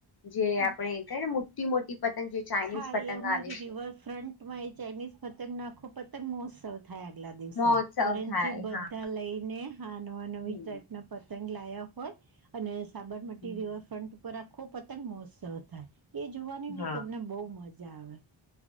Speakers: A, on the left; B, on the right.
A: જે આપડણે
B: ઓકે
A: ક ને મોટી મોટી પતંગ જે ચાઇનીઝ
B: હા
A: પતંગ
B: એ અમારે
A: આવે છે
B: રિવરફ્રન્ટમાં એ ચાઇનીઝ પતંગ નાખો પતંગ મોત્સવ થ આગલા દિવસે
A: મહોત્સવ
B: ફોરેન
A: થાય
B: થી બધા
A: હા
B: લઈને હ નવા નવી
A: હમ
B: ટપના પતંગ લાયા હોય અને સાબરમતી
A: હમ.
B: રિવરફ્રન્ટ ઉપર આખો પતંગ મહોત્સવ થાય એ જોવાની બી
A: હા
B: તમને બહ મજા આવે